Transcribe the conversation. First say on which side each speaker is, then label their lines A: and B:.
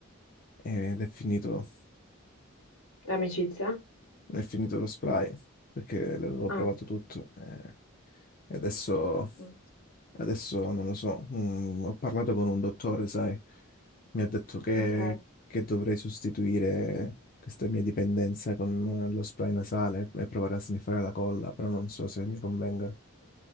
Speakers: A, on the left; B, on the left.
A: ed è finito.
B: l'amicizia?
A: è finito lo spray perché l'avevo
B: Ah,
A: provato tutto eh, e adesso,
B: mm,
A: adesso non lo so. Mm, ho parlato con un dottore, sai, mi ha detto che,
B: ok.
A: che dovrei sostituire questa mia dipendenza con lo spray nasale e provare a sniffare la colla, però non so se mi convenga